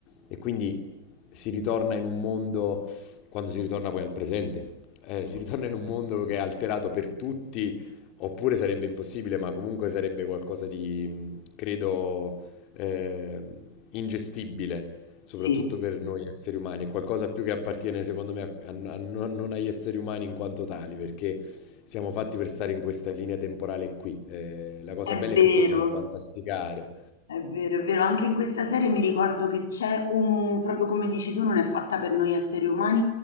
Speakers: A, on the left; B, on the left.
A: e quindi si ritorna in un mondo, quando si ritorna poi al presente, eh, si ritorna in un mondo che è alterato per tutti Oppure sarebbe impossibile, ma comunque sarebbe qualcosa di, mhmm, credo, ehm, ingestibile, soprattutto
B: Sì,
A: per noi esseri umani. È qualcosa più che appartiene, secondo me, a a n a non non agli esseri umani in quanto tali, perché siamo fatti per stare in questa linea temporale qui. Ehm, la cosa
B: è
A: bella
B: vero.
A: è che possiamo fantasticare.
B: È vero, è vero, anche in questa serie mi ricordo che c'è un, proprio come dici tu, non è fatta per noi esseri umani,